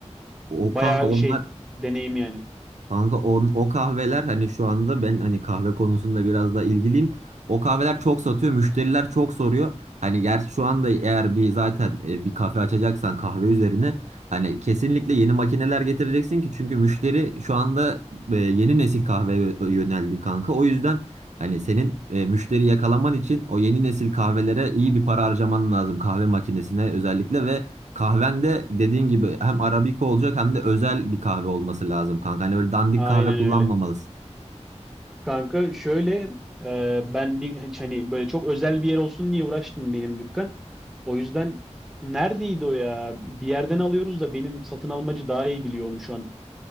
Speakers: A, on the right; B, in the centre.
A: O
B: Bayağı
A: kanka onlar
B: şey deneyim yani.
A: Kanka on, o kahveler hani şu anda ben hani kahve konusunda biraz daha ilgiliyim. O kahveler çok satıyor, müşteriler çok soruyor. Hani gerçi şu anda eğer bir zaten e, bir kafe açacaksan kahve üzerine hani kesinlikle yeni makineler getireceksin ki çünkü müşteri şu anda e, yeni nesil kahveye yöneldi kanka. O yüzden hani senin e, müşteri yakalaman için o yeni nesil kahvelere iyi bir para harcaman lazım kahve makinesine özellikle ve Kahvende dediğin gibi hem Arabica olacak hem de özel bir kahve olması lazım kanka. Hani öyle dandik
B: Aynen
A: kahve kullanmamalısın.
B: öyle. Kanka şöyle e, ben bir hani böyle çok özel bir yer olsun diye uğraştım benim dükkan. O yüzden neredeydi o ya? Bir yerden alıyoruz da benim satın almacı daha iyi biliyor onu şu an.